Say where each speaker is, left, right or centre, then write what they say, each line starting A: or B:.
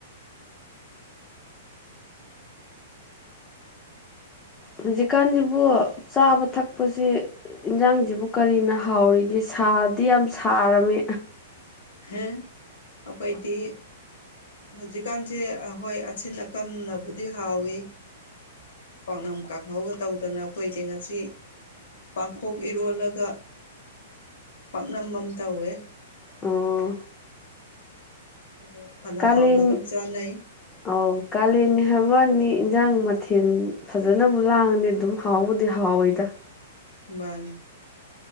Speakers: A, on the left; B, on the left.
A: ꯍꯧꯖꯤꯛꯀꯥꯟꯁꯤꯕꯨ ꯆꯥꯕ ꯊꯛꯄꯁꯤ ꯏꯟꯖꯥꯡꯖꯤꯕꯨ ꯀꯔꯤꯅ ꯍꯥꯎꯔꯤꯒꯦ ꯁꯥꯗꯤ ꯌꯥꯝ ꯁꯥꯔꯝꯃꯤ
B: ꯍꯝ ꯑꯩꯈꯣꯏꯗꯤ ꯍꯧꯖꯤꯛꯀꯥꯟꯁꯦ ꯍꯣꯏ ꯑꯁꯤꯟ ꯑꯀꯝ ꯅꯕꯨꯗꯤ ꯍꯥꯎꯋꯤ ꯄꯥꯛꯅꯝ ꯀꯥꯡꯍꯧꯒ ꯇꯧꯗꯅ ꯑꯩꯈꯣꯏꯗꯤ ꯉꯁꯤ ꯄꯥꯡꯈꯣꯛ ꯏꯔꯣꯜꯂꯒ ꯄꯥꯛꯅꯝ ꯑꯃ ꯇꯧꯋꯦ
A: ꯑꯣ
B: ꯑꯗꯣ ꯐꯅ
A: ꯀꯥꯂꯦꯟ
B: ꯍꯥꯎꯅ ꯑꯗꯨꯝ ꯆꯥꯅꯩ
A: ꯑꯧ ꯀꯥꯂꯦꯟꯅꯤ ꯍꯥꯏꯕ ꯋꯥꯅꯤ ꯏꯟꯁꯥꯡ ꯃꯊꯦꯜ ꯐꯖꯅꯕꯨ ꯂꯥꯡꯉꯗꯤ ꯑꯗꯨꯝ ꯍꯥꯎꯕꯨꯗꯤ ꯍꯥꯎꯋꯤꯗ
B: ꯃꯥꯅꯤ